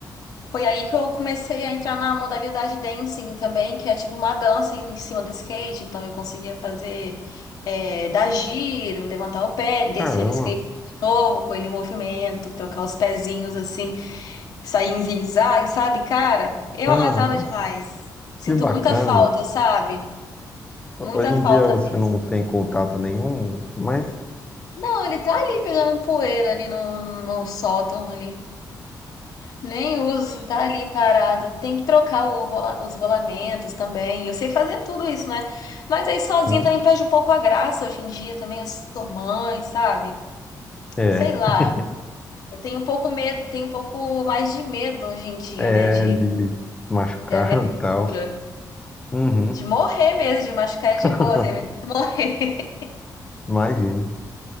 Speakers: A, on the left; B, on the left.
A: Foi aí que eu comecei a entrar na modalidade dancing também, que é tipo uma dança em em cima do skate. Então eu conseguia fazer, é, dar giro, levantar o pé, descer
B: Caramba.
A: do skate de novo com ele em movimento, trocar os pezinhos assim sair em zigue-zague, sabe, cara? Eu
B: Ah,
A: arrasava demais. Sinto
B: que bacana.
A: muita falta, sabe?
B: Ho-
A: Muita
B: Hoje em
A: falta
B: dia você
A: mesmo.
B: não tem contato nenhum, mas
A: Não, ele tá ali pegando poeira ali no, no sótão ali. Nem uso, tá ali parado. Tem que trocar o rola- os rolamentos também. Eu sei fazer tudo isso, né? Mas aí sozinha
B: sim,
A: também perde um pouco a graça hoje em dia também. Eu sou mãe, sabe?
B: é.
A: Sei lá.
B: <laughs>
A: Eu tenho um pouco medo, tenho um pouco mais de medo hoje em dia,
B: É
A: né? De,
B: de machucar
A: de aventura.
B: e tal. Uhum.
A: De morrer mesmo, de machucar
B: <laughs>
A: é de boa, tem medo de morrer. <laughs>
B: Imagino.